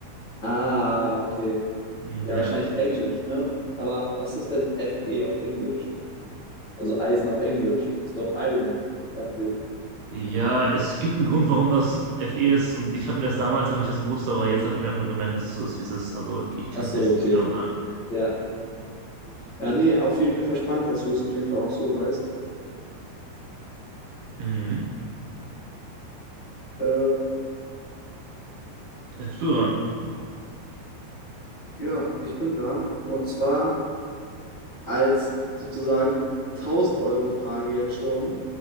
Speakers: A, on the left; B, on the right.
A: Ah, okay.
B: Hm,
A: Ja,
B: Ja.
A: wahrscheinlich Englisch, ne? Aber was ist denn FE auf Englisch? Also Eisen auf Englisch. Ist doch Iron, dachte ich.
B: Ja, es gibt einen Grund, warum das Fe ist. Und ich habe mir das damals, habe ich das gewusst, aber jetzt habe ich mir einfach nur gemerkt, dass es so ist, wie es ist. Also ich kann
A: Ach so,
B: es jetzt
A: okay.
B: nicht genau sagen.
A: Ja. Ja, nee, auf jeden Fall spannend, dass du es auf jeden Fall auch so weißt.
B: Mhm.
A: Äh,
B: Jetzt bist du dran.
A: ja, ich bin dran. Und zwar als sozusagen 1000-Euro-Frage jetzt schon.